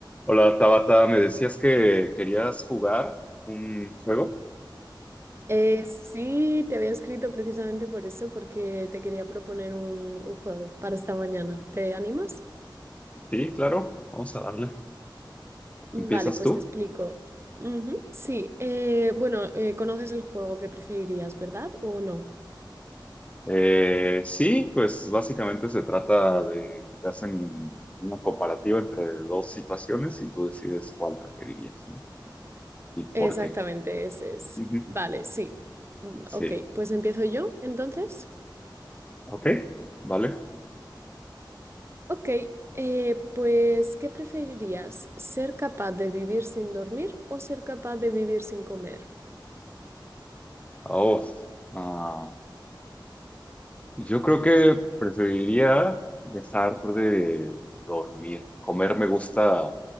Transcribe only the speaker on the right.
Eh, sí, te había escrito precisamente por eso, porque te quería proponer un, un juego para esta mañana. ¿Te animas?
Vale,
pues
te explico. Ujú, sí, eh, bueno, eh, conoces el juego que preferirías, ¿verdad? ¿O no?
Exactamente,
ese es.
Vale, sí. Mm,
Ok, pues empiezo yo entonces.
Ok, eh, pues ¿qué preferirías? ¿Ser capaz de vivir sin dormir o ser capaz de vivir sin comer?